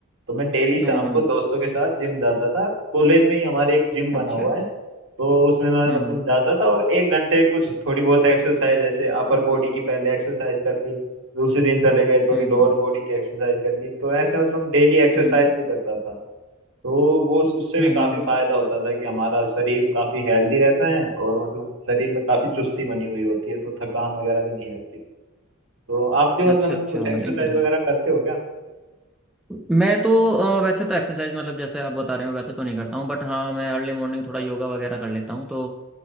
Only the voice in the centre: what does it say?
हम्म हम्म
अच्छा
हम्म
हम्म
हम्म
हम्म
हम्म
हम्म
हम्म,
अच्छा अच्छा
नहीं बढ़िया
मैं तो अ, वैसे तो एक्सरसाइज मतलब जैसे आप बता रहे हो वैसे तो नहीं करता हूँ बट हाँ मैं अर्ली मॉर्निंग थोड़ा योगा वगैरह कर लेता हूँ तो